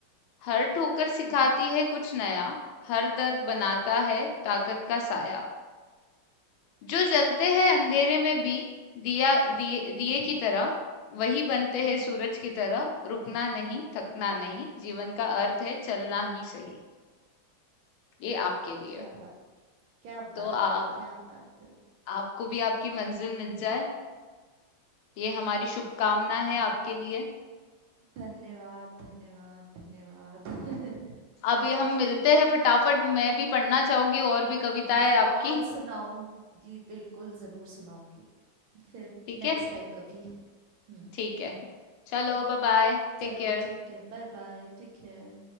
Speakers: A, on the left; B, on the right.
A: हर ठोकर सिखाती
B: हम्म
A: है कुछ नया हर दर्द बनाता है ताकत का साया जो जलते हैं अंधेरे में भी दिया दिए
B: हम्म
A: दिए
B: हम्म
A: की तरह वही बनते
B: हम्म
A: हैं
B: हम्म,
A: सूरज की तरह रुकना नहीं थकना नहीं जीवन का अर्थ है चलना ही सही ये आपके लिए
B: क्या बात है क्या
A: तो
B: बात
A: आप
B: है क्या बात है
A: आपको भी आपकी मंजिल मिल जाए ये हमारी शुभकामना है आपके लिए
B: धन्यवाद धन्यवाद धन्यवाद
A: अभी हम मिलते हैं फटाफट मैं भी पढ़ना चाहूंगी और भी
B: <laughs>
A: कविताएं
B: मैं
A: आपकी
B: और सुनाऊंगी बिल्कुल जरूर सुनाऊंगी फिर
A: ठीक है
B: नेक्स्ट टाइम कभी हम्म
A: ठीक है चलो बाय बाय टेक
B: चलो
A: केयर
B: ठीक है बाय बाय टेक केयर